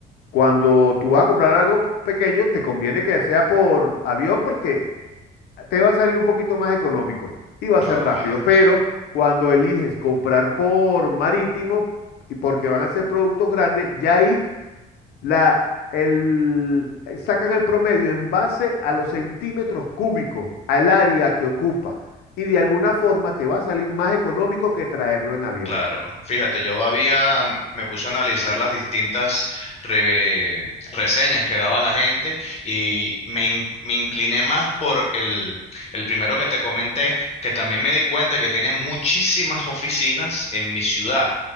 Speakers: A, on the left (about 70°); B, on the left (about 40°).
A: Cuando tú vas a comprar algo pequeño, te conviene que sea por avión porque te va a salir un poquito más económico y va
B: no,
A: a ser rápido.
B: claro.
A: Pero cuando eliges comprar por marítimo y porque van a ser productos grandes, ya ahí la, el, eh, sacan el promedio en base a los centímetros cúbicos, al área que ocupa, y de alguna forma te va a salir más económico que traerlo en avión.
B: Claro, fíjate, yo había, mm, me puse a analizar las distintas re- reseñas que daba la gente y me, in- me incliné más por el, el primero que te comenté, que también me di cuenta que tiene muchísimas oficinas en mi ciudad.